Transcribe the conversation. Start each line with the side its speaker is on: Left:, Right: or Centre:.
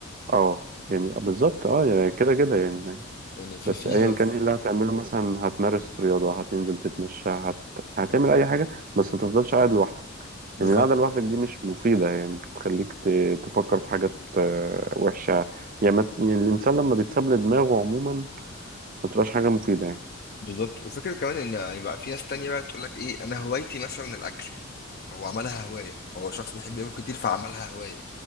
Right: اه يعني بالظبط اه يعني كده كده يعني
Left: يعني في
Right: بس
Left: فيها
Right: ايا كان ايه اللي هتعمله مثلا هتمارس رياضة هتنزل تتمشى هت... هتعمل اي حاجة بس ما تفضلش قاعد لوحدك
Left: بالظبط
Right: لان القعدة لوحدك دي مش مفيدة يعني بتخليك ت... تفكر في حاجات آه، وحشة يعني, ما... يعني الانسان لما بيتساب لدماغه عموما ما بتبقاش حاجة مفيدة يعني
Left: بالظبط وفكرة كمان ان يعني بقى في ناس تانية بقى تقول لك ايه انا هوايتي مثلا الاكل هو عملها هواية هو شخص بيحب ياكل كتير فعملها هواية